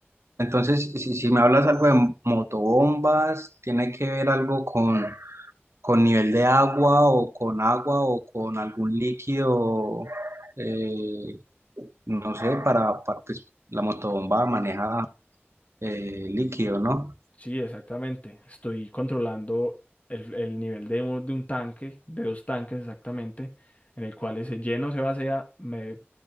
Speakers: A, on the right; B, on the left.
A: Entonces, si, si me hablas algo de motobombas, ¿tiene que ver algo con, con nivel de agua o con agua o con algún líquido? eh, no sé, para, para pues, la motobomba maneja Eh, líquido, ¿no?
B: Sí, exactamente. Estoy controlando el, el nivel de un, de un tanque, de dos tanques exactamente, en el cual ese lleno se vacía me-